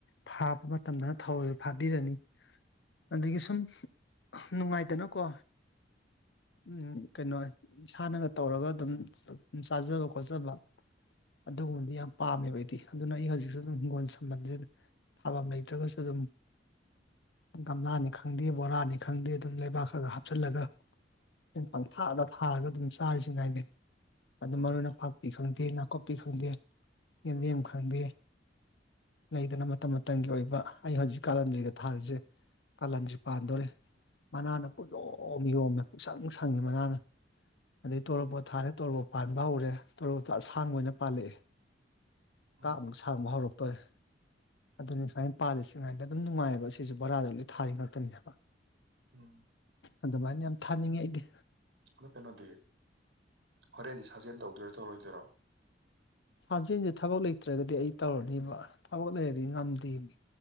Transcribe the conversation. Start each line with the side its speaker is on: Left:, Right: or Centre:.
Left: ꯊꯥꯕ ꯃꯇꯝꯗꯅ ꯊꯔꯣꯏ ꯐꯥꯕꯤꯔꯅꯤ ꯑꯗꯒꯤ ꯁꯨꯝ ꯅꯨꯡꯉꯥꯏꯗꯅꯀꯣ ꯎꯝ ꯀꯩꯅꯣꯏ ꯏꯁꯥꯅꯒ ꯇꯧꯔꯒ ꯑꯗꯨꯝ ꯆꯥ ꯆꯥꯖꯕ ꯈꯣꯠꯆꯕ ꯑꯗꯨꯒꯨꯝꯗꯤ ꯌꯥꯝ ꯄꯥꯝꯃꯦꯕ ꯑꯩꯗꯤ ꯑꯗꯨꯅ ꯑꯩ ꯍꯧꯖꯤꯛꯁꯨ ꯑꯗꯨꯝ ꯍꯤꯡꯒꯣꯟ ꯁꯝꯕꯟꯖꯦ ꯊꯥꯕꯝ ꯂꯩꯇ꯭ꯔꯒꯁꯨ ꯗꯨꯝ ꯒꯝꯂꯥꯅꯤ ꯈꯪꯗꯦ ꯕꯣꯔꯥꯅꯤ ꯈꯪꯗꯦ ꯑꯗꯨꯝ ꯂꯩꯕꯥꯛ ꯈꯒ ꯍꯥꯞꯆꯜꯂꯒ ꯑꯩꯟ ꯄꯪꯊꯥꯗ ꯊꯥꯔꯒ ꯑꯗꯨꯝ ꯆꯥꯔꯤꯁꯤ ꯉꯥꯏꯅꯦ ꯑꯗꯨ
Right: ꯎꯝ
Left: ꯃꯔꯣꯏ ꯅꯄꯥꯛꯄꯤ ꯈꯪꯗꯦ ꯅꯥꯀꯨꯞꯄꯤ ꯈꯪꯗꯦ ꯌꯦꯟꯗꯦꯝ ꯈꯪꯗꯦ ꯂꯩꯗꯅ ꯃꯇꯝ ꯃꯇꯝꯒꯤ ꯑꯣꯏꯕ ꯑꯩ ꯍꯖꯤꯛ ꯀꯥꯂꯟꯗ꯭ꯔꯤꯒ ꯊꯥꯔꯤꯖꯦ ꯀꯥꯂꯟꯗ꯭ꯔꯤ ꯄꯥꯟꯗꯣꯔꯦ ꯃꯅꯥꯅ ꯄꯨꯡꯌꯣꯝ ꯌꯣꯝꯃꯦ ꯄꯨꯡꯁꯪ ꯁꯪꯉꯦ ꯃꯅꯥꯅ ꯑꯗꯩ ꯇꯣꯔꯣꯕꯣꯠ
Right: ꯎꯝ
Left: ꯊꯥꯔꯦ ꯇꯣꯔꯣꯕꯣꯠ ꯄꯥꯟꯕ ꯍꯧꯔꯦ ꯇꯣꯔꯣꯕꯣꯠꯇꯣ ꯑꯁꯥꯡꯕ ꯑꯣꯏꯅ ꯄꯥꯜꯂꯛꯑꯦ
Right: ꯎꯝ
Left: ꯀꯥꯞꯃꯨꯛ ꯁꯥꯡꯕ ꯍꯧꯔꯛꯇꯣꯔꯦ ꯑꯗꯨꯅꯤ ꯁꯨꯃꯥꯏ ꯄꯥꯜꯂꯤꯁꯤꯉꯥꯏꯗ ꯑꯗꯨꯝ ꯅꯨꯡꯉꯥꯏꯕ ꯁꯤꯖꯨ ꯕꯣꯔꯥꯗ ꯂꯣꯏ ꯊꯥꯔꯤ ꯉꯥꯛ ꯇꯅꯤ ꯍꯥꯏꯕ
Right: ꯎꯝ
Left: ꯑꯗꯨꯃꯥꯏꯟ ꯌꯥꯝ ꯊꯥꯅꯤꯡꯉꯦ ꯑꯩꯗꯤ
Right: ꯑꯗꯨ ꯀꯩꯅꯣꯗꯤ ꯍꯣꯔꯦꯟꯗꯤ ꯁꯥꯖꯦꯟ ꯇꯧꯗꯣꯏꯔꯣ ꯇꯧꯔꯣꯏꯗꯣꯔꯣ
Left: ꯁꯥꯥꯟꯖꯦꯟꯖꯦ ꯊꯕꯛ ꯂꯩꯇ꯭ꯔꯒꯗꯤ ꯑꯩ ꯇꯧꯔꯅꯤꯕ ꯊꯕꯛ ꯂꯩꯔꯗꯤ ꯉꯝꯗꯦꯃꯤ